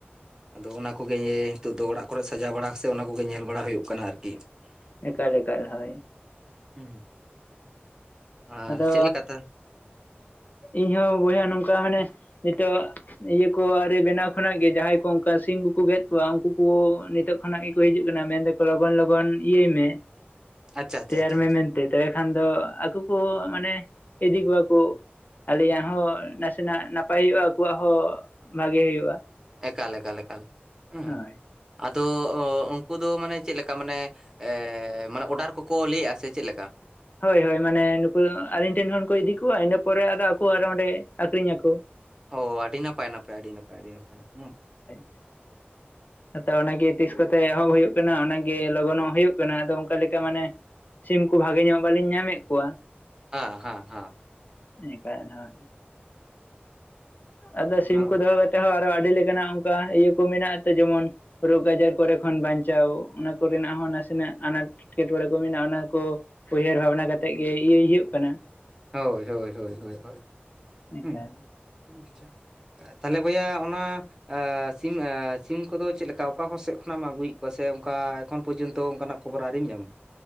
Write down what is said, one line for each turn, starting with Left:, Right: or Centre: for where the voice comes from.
Right: ᱟᱫᱚ ᱚᱱᱟ ᱠᱚᱜᱮ ᱱᱤᱛᱳᱜ ᱫᱚ ᱚᱲᱟᱜ ᱠᱚᱨᱮ ᱥᱟᱡᱟᱣ ᱵᱟᱲᱟ ᱥᱮ ᱚᱱᱟ ᱠᱚᱜᱮ ᱧᱮᱞ ᱵᱟᱲᱟ ᱦᱩᱭᱩᱜ ᱠᱟᱱᱟ ᱟᱨᱠᱤ᱾
Left: ᱮᱠᱟᱞ ᱮᱠᱟᱞ ᱦᱳᱭ᱾
Right: ᱦᱩᱸ᱾ ᱟᱨ
Left: ᱟᱫᱚ
Right: ᱪᱮᱫ ᱞᱮᱠᱟ ᱛᱟ
Left: ᱤᱧ ᱦᱚᱸ ᱵᱚᱭᱦᱟ ᱱᱚᱝᱠᱟ ᱢᱟᱱᱮ ᱱᱤᱛᱚᱜ ᱤᱭᱟᱹ ᱠᱚ ᱟᱹᱣᱨᱤ ᱵᱮᱱᱟᱣ ᱠᱷᱚᱱᱟᱜ ᱜᱮ ᱡᱟᱦᱟᱸᱭ ᱠᱚ ᱚᱱᱠᱟ ᱥᱤᱢ ᱠᱩᱠᱩ ᱜᱮᱫ ᱠᱚᱣᱟ ᱩᱱᱠᱩ ᱠᱩ ᱱᱤᱛᱚᱜ ᱜᱷᱚᱱᱚ ᱜᱮᱠᱚ ᱦᱤᱡᱩᱜ ᱠᱟᱱᱟ ᱢᱮᱱ ᱫᱟᱠᱚ ᱞᱚᱜᱚᱱ ᱞᱚᱜᱚᱱ ᱤᱭᱟᱹᱭ ᱢᱮ
Right: ᱟᱪᱪᱷᱟ ᱟᱪᱪᱷᱟ
Left: ᱛᱮᱭᱟᱨ
Right: ᱟᱪᱪᱷᱟ
Left: ᱢᱮ
Right: ᱟᱪᱪᱷᱟ
Left: ᱢᱮᱱᱛᱮ ᱛᱚᱵᱮ ᱠᱷᱟᱱ ᱫᱚ ᱟᱠᱚ ᱠᱩ ᱢᱟᱱᱮ ᱤᱫᱤ ᱠᱚᱣᱟ ᱠᱩ ᱟᱞᱮᱭᱟᱜ ᱦᱚᱸ ᱱᱟᱥᱮᱱᱟᱜ ᱱᱟᱯᱟᱭ ᱦᱩᱭᱩᱜᱼᱟ ᱟᱠᱚᱣᱟᱜ ᱦᱚᱸ ᱵᱷᱟᱜᱮ ᱦᱩᱭᱩᱜᱼᱟ᱾
Right: ᱮᱠᱟᱞ ᱮᱠᱟᱞ ᱮᱠᱟᱞ ᱮᱸ
Left: ᱦᱳᱭ
Right: ᱟᱫᱚ ᱩᱱᱠᱩ ᱫᱚ ᱢᱟᱱᱮ ᱪᱮᱫ ᱞᱮᱠᱟ ᱢᱟᱱᱮ ᱮᱻ ᱢᱟᱱᱮ ᱚᱰᱟᱨ ᱠᱚᱠᱚ ᱞᱟᱹᱭᱮᱫᱼᱟ ᱥᱮ ᱪᱮᱫ ᱞᱮᱠᱟ?
Left: ᱦᱳᱭ ᱦᱳᱭ ᱢᱟᱱᱮ ᱱᱩᱠᱩ ᱫᱚ ᱟᱹᱞᱤᱧ ᱴᱷᱮᱱ ᱠᱷᱚᱱ ᱠᱚ ᱤᱫᱤ ᱠᱚᱣᱟ ᱤᱱᱟᱹ ᱯᱚᱨᱮ ᱟᱫᱚ ᱟᱠᱚ ᱟᱨᱦᱚᱸ ᱚᱸᱰᱮ ᱟᱠᱷᱨᱤᱧ ᱟᱠᱚ᱾
Right: ᱚ ᱟᱹᱰᱤ ᱱᱟᱯᱟᱭ ᱱᱟᱯᱟᱭ ᱟᱹᱰᱤ ᱱᱟᱯᱟᱭ ᱟᱹᱰᱤ ᱱᱟᱯᱟᱭ ᱦᱩᱸ᱾
Left: <unintelligible> ᱦᱮᱸ ᱛᱚ ᱚᱱᱟᱜᱮ ᱛᱤᱥ ᱠᱚᱛᱮ ᱮᱦᱚᱵ ᱦᱩᱭᱩᱜ ᱠᱟᱱᱟ ᱚᱱᱟᱜᱮ ᱞᱚᱜᱚᱱᱚᱜ ᱦᱩᱭᱩᱜ ᱠᱟᱱᱟ ᱟᱫᱚ ᱚᱱᱠᱟ ᱞᱮᱠᱟ ᱢᱟᱱᱮ ᱥᱤᱢ ᱠᱚ ᱵᱷᱟᱜᱮ ᱧᱚᱜ ᱵᱟᱹᱞᱤᱧ ᱧᱟᱢᱮᱫ ᱠᱚᱣᱟ।
Right: ᱦᱟᱸ ᱦᱟᱸ ᱦᱟᱸ।
Left: ᱤ ᱠᱟᱜ ᱡᱟᱸᱦᱟᱭ। ᱟᱫᱚ ᱥᱤᱢ
Right: ᱚᱱᱟ
Left: ᱠᱚ ᱫᱚᱦᱚ ᱠᱟᱛᱮᱫ ᱦᱚᱸ ᱟᱨᱚ ᱟᱹᱰᱤ ᱞᱮᱠᱟᱱᱟᱜ ᱚᱱᱠᱟ ᱤᱭᱟᱹ ᱠᱚ ᱢᱮᱱᱟᱜ-ᱟ ᱛᱚ ᱡᱮᱢᱚᱱ ᱨᱳᱜᱽ ᱟᱡᱟᱨ ᱠᱚᱨᱮ ᱠᱷᱚᱱ ᱵᱟᱧᱪᱟᱣ ᱚᱱᱟ ᱠᱚᱨᱮᱱᱟᱜ ᱦᱚᱸ ᱱᱟᱥᱮᱱᱟᱜ ᱟᱱᱟᱴ। ᱠᱷᱮᱛ ᱵᱟᱲᱟ ᱠᱚ ᱢᱮᱱᱟᱜᱼᱟ ᱚᱱᱟ ᱠᱚ ᱩᱭᱦᱟᱹᱨ ᱵᱷᱟᱵᱽᱱᱟ ᱠᱟᱛᱮᱫ ᱜᱮ ᱤᱭᱟᱹᱭ ᱦᱩᱭᱩᱜ ᱠᱟᱱᱟ᱾
Right: ᱦᱳᱭ ᱦᱳᱭ ᱦᱳᱭ ᱦᱳᱭ ᱦᱳᱭ
Left: ᱱᱮᱛᱟᱨ
Right: ᱩᱸ ᱟᱪᱪᱷᱟ। ᱟ ᱛᱟᱦᱚᱞᱮ ᱵᱚᱭᱦᱟ ᱚᱱᱟ ᱮ ᱥᱤᱢ ᱮ ᱥᱤᱢ ᱠᱚᱫᱚ ᱪᱮᱫ ᱞᱮᱠᱟ ᱚᱠᱟ ᱥᱮᱫ ᱠᱷᱚᱱᱮᱢ ᱟᱹᱜᱩᱭᱮᱫ ᱠᱚ ᱥᱮ ᱚᱱᱠᱟ ᱮᱠᱷᱚᱱ ᱯᱚᱨᱚᱡᱚᱱᱛᱚ ᱚᱱᱠᱟᱱᱟᱜ ᱠᱷᱚᱵᱚᱨ ᱟᱣᱨᱤᱧ ᱧᱟᱢᱟ।